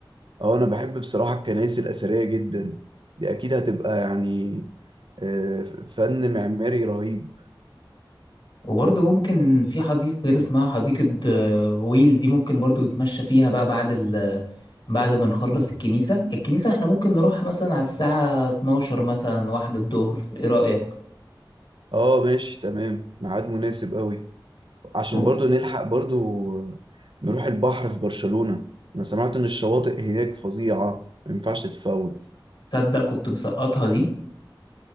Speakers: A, on the right; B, on the left.
A: اه انا بحب بصراحة الكنائس الأثرية جدا دي اكيد هتبقى يعني آه، فن معماري رهيب
B: وبرضه ممكن في حديقة كده اسمها حديقة آه، غويل دي ممكن برضه نتمشى فيها بقى بعد ال بعد ما نخلص الكنيسة الكنيسة احنا ممكن نروح مثلا على الساعة 12 مثلا واحدة الظهر ايه رأيك؟
A: اه ماشي تمام ميعاد مناسب قوي عشان
B: و-
A: برضو نلحق برضو نروح البحر في برشلونة انا سمعت ان الشواطئ هناك فظيعة ما ينفعش تتفوت
B: تصدق كنت مسقطها دي